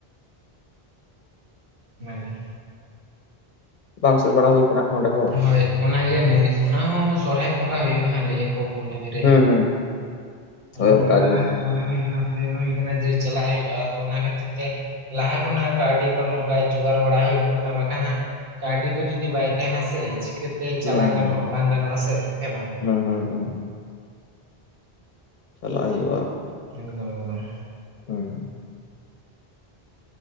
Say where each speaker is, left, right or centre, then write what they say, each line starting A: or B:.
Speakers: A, on the right; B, on the left.
A: ᱚᱱᱟᱜᱮ᱾
B: ᱵᱟᱝ ᱥᱮᱫ ᱵᱟᱲᱟ ᱦᱩᱭ ᱠᱟᱱᱟ ᱱᱚᱸᱰᱮ ᱦᱚᱸ᱾
A: ᱦᱳᱭ ᱚᱱᱟᱜᱮ ᱱᱮ ᱚᱱᱟ ᱦᱚᱸ ᱥᱚᱨᱦᱟᱭ ᱵᱚᱸᱜᱟ ᱦᱩᱭᱩᱜᱼᱟ ᱦᱮᱸ ᱞᱟᱹᱭ ᱟᱠᱚ ᱠᱩᱱᱟᱹᱢᱤ ᱨᱮ
B: ᱦᱩᱸ
A: ᱾
B: ᱦᱩᱸ
A: ᱟᱫᱚ
B: ᱦᱳᱭ
A: ᱱᱤᱭᱟᱹ
B: ᱚᱱᱠᱟ
A: ᱵᱟᱨ
B: ᱜᱮ
A: ᱦᱚᱸ ᱦᱟᱸᱜ ᱢᱚᱱᱮ ᱦᱩᱭ ᱠᱟᱱᱟ ᱯᱞᱮᱱ ᱦᱩᱭ ᱠᱟᱱᱟ ᱡᱮᱸ ᱪᱟᱞᱟᱜ ᱦᱩᱭᱩᱜᱼᱟ ᱟᱫᱚ ᱚᱱᱟ ᱠᱷᱟᱹᱛᱤᱨ ᱛᱮ ᱞᱟᱦᱟ ᱠᱷᱚ ᱱᱟᱜ ᱠᱟᱹᱣᱰᱤ ᱠᱚ ᱱᱚᱝᱠᱟ ᱡᱩᱜᱟᱲ ᱵᱟᱲᱟ ᱦᱩᱭ ᱠᱚᱜ ᱠᱟᱱᱟ ᱵᱟᱠᱷᱟᱱ ᱦᱟᱸᱜ ᱠᱟᱹᱣᱰᱤ ᱠᱚ ᱡᱩᱫᱤ ᱵᱟᱭ ᱛᱟᱦᱮᱱᱟ ᱥᱮ ᱪᱤᱠᱟᱹᱛᱮ
B: ᱦᱩᱸ
A: ᱪᱟᱞᱟ
B: ᱦᱩᱸ
A: ᱜᱟᱱᱚᱜᱼᱟ ᱵᱟᱝ ᱜᱟᱱᱚᱜ ᱟᱥᱮ ᱦᱮᱸ ᱵᱟᱝ?
B: ᱦᱩᱸ ᱦᱩᱸ ᱦᱩᱸ ᱪᱟᱞᱟᱜ ᱦᱩᱭᱩᱜᱼᱟ᱾
A: ᱮᱠᱫᱚᱢ ᱮᱠᱫᱚᱢ
B: ᱦᱩᱸ᱾